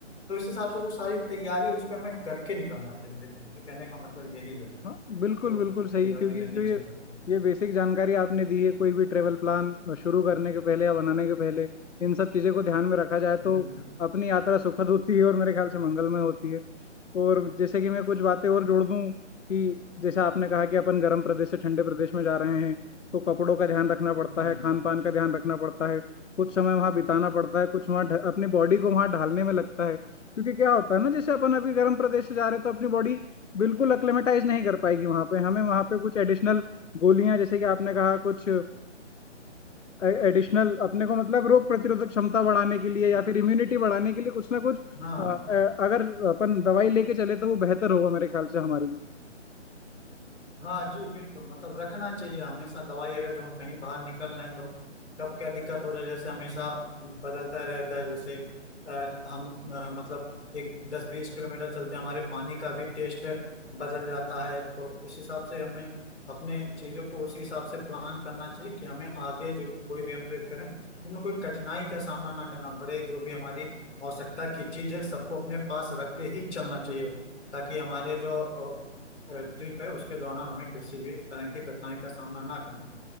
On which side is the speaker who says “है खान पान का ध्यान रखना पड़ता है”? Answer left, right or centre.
Left